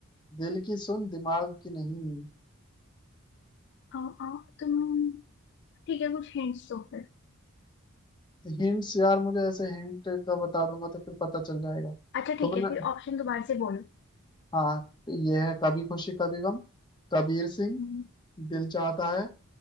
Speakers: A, on the left (about 20°); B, on the left (about 50°).
A: दिल की सुन दिमाग की नहीं
B: आ, आ, तुम ठीक है कुछ हिंट्स दो फिर
A: हिंट्स यार मुझे ऐसे हिंट का बता दूंगा तो फिर पता चल जाएगा
B: अच्छा
A: तुमने
B: ठीक है फिर ऑप्शन दोबारा से बोलो
A: हाँ तो ये है कभी खुशी कभी गम कबीर सिंह
B: हम्म,
A: दिल चाहता है